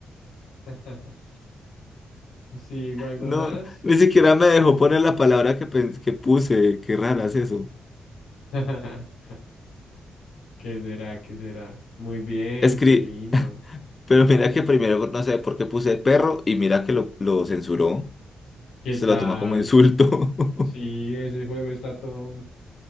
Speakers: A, on the left (about 80°); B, on the left (about 35°).
A: <laughs> Sí, o algo
B: No,
A: más.
B: ni siquiera me dejó poner la palabra que, pens- que puse. Qué rara es eso.
A: <laughs> ¿Qué será? ¿Qué será? Muy bien,
B: Escri,
A: felino.
B: pero mira que primero no sé por qué puse perro y mira que lo, lo censuró.
A: ¿Qué
B: Se
A: tal?
B: lo toma como insulto.
A: Sí,
B: <laughs>
A: ese juego está todo,